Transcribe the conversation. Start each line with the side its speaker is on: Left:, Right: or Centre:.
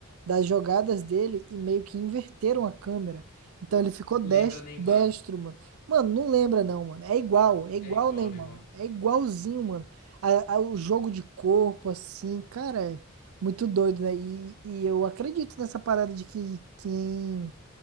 Right: das jogadas dele e meio que inverteram a câmera. Então ele ficou destro,
Left: Lembra Neymar.
Right: destro, mano. Mano, não lembra não, mano. É igual, é igual
Left: É igual
Right: o Neymar,
Left: Neymar.
Right: mano. É igualzinho, mano. A- a- o jogo de corpo, assim, cara, é muito doido, né? E, e eu acredito nessa parada de que quem